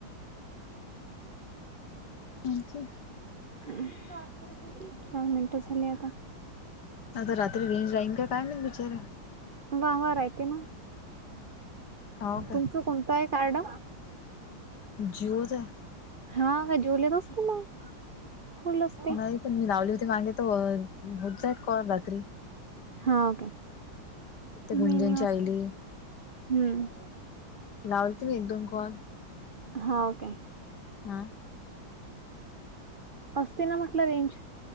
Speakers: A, on the left; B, on the right.
A: आणखी?
B: हा चार मिनटं झाले आता
A: आता रात्री रेंज जाईन का? काय माहित विचारे.
B: वा वा राहते ना,
A: हो काय
B: तुमच कोणत आहे कार्ड?
A: जि ओ च आहे.
B: हा का जि ओ ले तर असते मग. फुल असते
A: नाही पण मी लावली होती मागे त होत जात कॉल रात्री.
B: हाव काय
A: त्या
B: <inaudible> मी
A: गुंजनच्या
B: हम्म.
A: आईले लावलते मी एक, दोन कॉल.
B: हा व काय.
A: हा <inaudible>
B: असते ना म्हटलं रेंज.